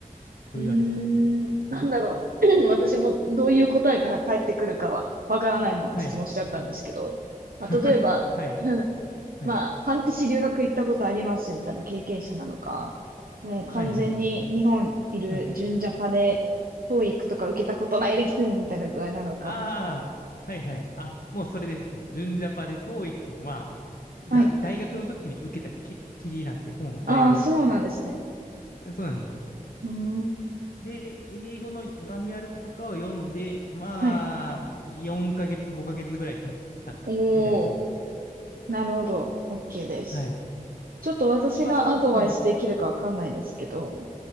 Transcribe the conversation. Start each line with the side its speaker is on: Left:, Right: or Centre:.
Left: どういうあれですかね。
Right: うーん、なんだろう。<clears throat> 私もどういう答えが返ってくるかはわからないまま質問しちゃったんですけど、
Left: はい。
Right: まあ、
Left: <laughs>
Right: 例えば、
Left: はい。
Right: うん
Left: はい。
Right: まあ、半年留学行ったことありますみたいな経験者なのか、もう完全に日本いる純ジャパで教育とか受けたことないですみたいな具合なのか。
Left: はい。はい。うん。ああ、はい。はい。あ、もうそれですね。純ジャパで TOEIC は、
Right: はい。
Left: が、大学の時に受けたき、きりなんて、もうだいぶ、
Right: ああ、そうなんですね。
Left: そうなんです。
Right: うーん。
Left: で、英語のマニュアルとかを読んで、まあ、
Right: はい。
Left: 4ヶ月、5ヶ月ぐらい経った、
Right: おお、
Left: みたいな感じです。
Right: なるほど。OK です。
Left: はい。
Right: ちょっと私がアドバイスできるかわかんないですけど、
Left: まあ、その、はい。